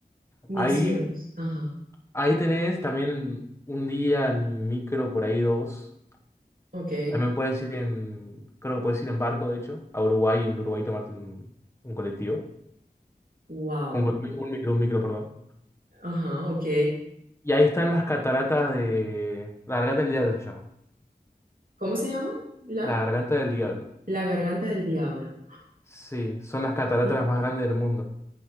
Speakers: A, on the right; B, on the left.
A: Misiones.
B: Ahí,
A: Ajá.
B: ahí tenés también un día en micro, por ahí dos.
A: Ok.
B: También puedes ir en, creo que puedes ir en barco, de hecho, a Uruguay y en Uruguay tomarte un, un colectivo.
A: Wow.
B: Un, un micro, un micro, perdón.
A: Ajá, ok.
B: Y ahí están las cataratas de... La Garganta del Diablo se llama.
A: ¿Cómo se llama? La,
B: La Garganta del Diablo.
A: la garganta del diablo.
B: Sí, son las cataratas
A: Y
B: las más grandes del mundo.